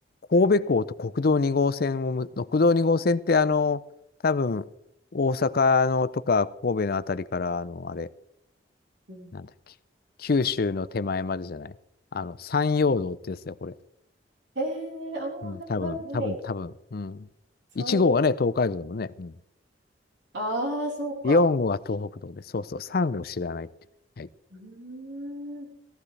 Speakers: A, on the left; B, on the right.
A: 神戸港と国道2号線をむ、国道2号線ってあの、多分、大阪のとか神戸のあたりから、あの、あれ、
B: うん。
A: なんだっけ。九州の手前までじゃない。あの、山陽道ってやつだよ、これ。
B: えー、ああ、はいはいはい。
A: うん、多分、多分、多分。うん。
B: 3、
A: 1号がね、
B: 4。
A: 東海道だもんね。うん。
B: ああ、そうか。
A: 4号は東北道で、そうそう、3号知らないっていう。はい。
B: うーん。